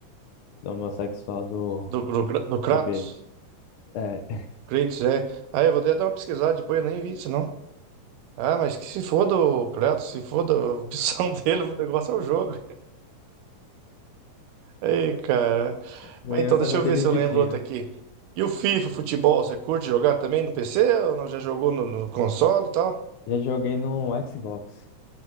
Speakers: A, on the left; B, on the right.
A: do homossexual do,
B: Do, do, Gra- do Kratos.
A: do Kratos. É,
B: Kratos, é. Ah, eu vou até dar uma pesquisada depois, eu nem vi isso, não. Ah, mas que se foda o Kratos, se foda a opção <laughs> dele, o negócio é o jogo. Ei, cara.
A: Meu
B: Mas
A: negócio
B: então, deixa
A: é batendo
B: eu ver se
A: em
B: eu
A: bichinho.
B: lembro outro aqui. E o FIFA, futebol, você curte jogar também no PC ou não? Já jogou no, no console e tal?
A: Já joguei no Xbox.